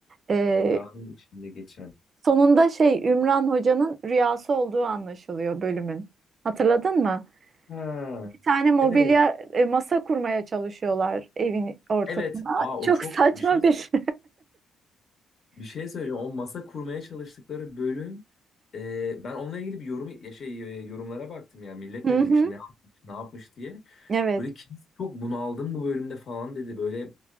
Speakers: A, on the right; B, on the left.
A: Ee,
B: Rüyanın içinde geçen.
A: sonunda şey Ümran Hoca'nın rüyası olduğu anlaşılıyor bölümün. Hatırladın mı?
B: Ha.
A: Bir tane mobilya
B: Evet.
A: e, masa kurmaya çalışıyorlar evin ortasına.
B: Evet. Aa o
A: Çok
B: çok
A: saçma
B: bir şey
A: bir.
B: bir şey söyleyeceğim. O masa kurmaya çalıştıkları bölüm e, ben onunla ilgili bir yorum ya şey e, yorumlara baktım yani millet
A: <laughs> Hı
B: ne demiş,
A: hı.
B: ne yapmış, ne yapmış diye.
A: Evet.
B: Böyle kimse çok bunaldım bu bölümde falan dedi. Böyle